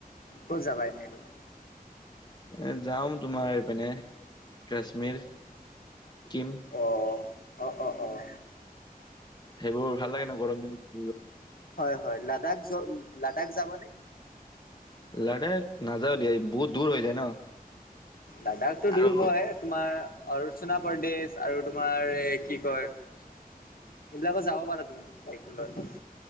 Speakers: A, on the left (about 70°); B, on the left (about 25°).
A: ক'ত যাবা এনেই তুমি?
B: এ যাম তোমাৰ এইপিনে কাশ্মীৰ চিক্কিম।
A: অহ, অঁ অঁ অঁ।
B: সেইবোৰ ভাল লাগে ন গৰম দিনত ফুৰিব।
A: হয় হয় লাডাখ য লাডাখ যাবা নে?
B: লাডাখ নাযাওঁ দিয়া বহুত দূৰ হৈ যায় ন।
A: লাডাখটো
B: আৰু
A: দূৰ হয় তোমাৰ অৰুচোণা প্ৰদেশ, আৰু তোমাৰ এই কি কয় এইবিলাকত যাব পাৰা তুমি বায়েক লৈ।